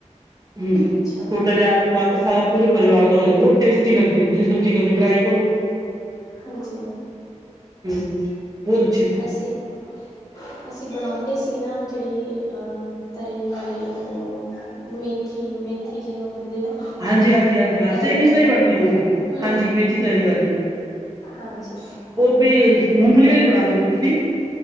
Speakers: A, on the right; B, on the left.
A: ਹਮ।
B: ਅੱਛਾ।
A: ਛੋਟਾ ਜਿਹਾ ਆਲੂ ਪਾ ਕੇ ਸਾਰ ਪੂਰੇ ਪਰਿਵਾਰ ਦਾ ਹੋ ਜਾਂਦਾ, ਬਹੁਤ ਟੇਸਟੀ ਲਗਦੀ ਤੁਸੀਂ ਸਬਜ਼ੀ ਕਦੀ ਟ੍ਰਈ ਕਰੋ।
B: ਹਾਂਜੀ।
A: ਹਮ ਬਦ
B: ਅਸੀਂ-ਅਸੀਂ ਬਣਾਉਂਦੇ ਸੀ ਨਾ ਜਿਹੜੀ ਤਰੀ ਵਾਲੀ ਉਹ ਮੇਥੀ ਮੇਥੀ ਜਿਹਨੂੰ ਕਹਿੰਦੇ ਆ।
A: ਹਾਂਜੀ, ਹਾਂਜੀ, ਹਾਂਜੀ ਹਾਂ
B: ਤਰੀ
A: ਸੇਮ
B: ਵਾਲੀ
A: ਇਸ ਤਰਾ ਹੀ ਬਣਦੀ ਉਹ ਵੀ
B: ਹੂੰ
A: ਹਾਂਜੀ ਮੇਥੀ
B: ਹੂੰ
A: ਤਰੀ ਵਾਲੀ।
B: ਹਾਂਜੀ।
A: ਉਹ ਵੀ ਮੂੰਗਲੀ ਵਾਲੀ ਬਣਾਉਂਦੇ ਹੋਗੇ ਤੁਸੀਂ।